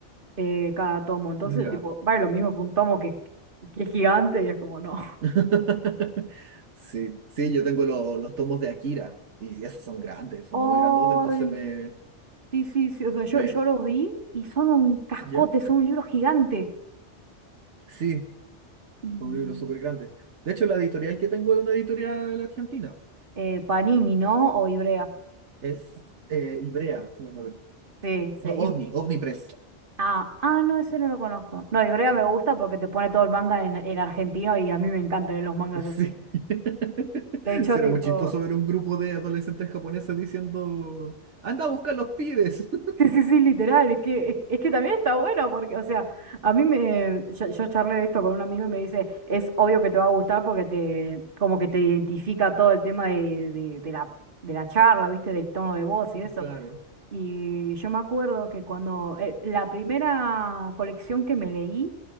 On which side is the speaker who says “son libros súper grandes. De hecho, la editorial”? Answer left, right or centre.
Right